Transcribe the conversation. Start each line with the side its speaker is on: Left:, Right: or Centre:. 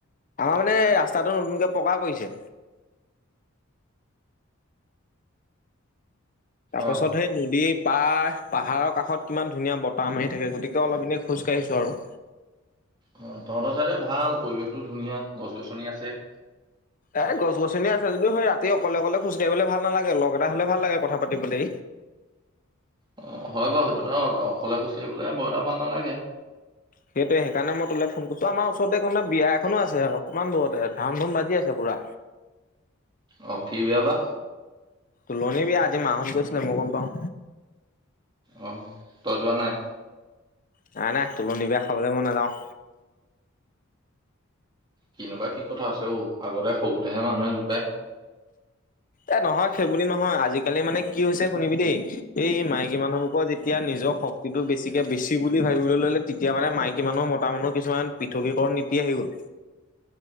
Left: আমাৰ মানে ৰাস্তাটো নতুনকে পকা কৰিছে তাৰ পাছত
Right: অ
Left: সেই নদী পাহ পাহাৰৰ কাষত কিমান ধুনীয়া বতাহ মাৰি থাকে গতিকে অলপ দিনেই খোজকাাঢ়িছোঁ আৰু
Right: অ তহঁতৰ চাইদে ভাল পৰিৱেশটো ধুনীয়া গছ গছনি আছে।
Left: এ গছ গছনিয় আছে যদিও সেই ৰাতি অকলে অকলে খোজ ককাঢ়িবলৈ ভাল নালাগে লগ এটা হলে ভাল লাগে কথা পাতিবলৈ।
Right: অ হয় বাৰু সেইটো অকলে খোজ কাঢ়িবলে বাৰ এটা ভাল নালাগে
Left: সেইটোৱে সেইকাৰণে মই তোলে ফোন কৰিছো আমাৰ ওচৰতে বিয়া এখনো আছে অকমান দূৰতে ধান ধুম বাজি আছে পুৰা।
Right: আহ কি বিয়া বা
Left: তুলনী বি আজি মাহত গৈছিলে মই গম পাওঁ।
Right: অ তই যোৱা নাই
Left: নাই নাই তুলনি বিয়া খাবলৈ মই নাযাওঁ।
Right: কেনেকুৱা কি কথা আছে অঔ আগতে সৰুতেহে মানুহে জোকায়।
Left: এ নহয় সেইব নহয় আজিকালি মানে কি হৈছে শুনিবি দেই এই মাইকী মানুহবোৰকৰ যেতিয়া নিজৰ শক্তিটো বেছিকে বেছি বুলি ভাবিবলৈ ললে তেতিয়া মানে মাইকী কিমানৰ মত মানুহ কিছুমান পৃথৱীকৰণ নীতি আহি গ'ল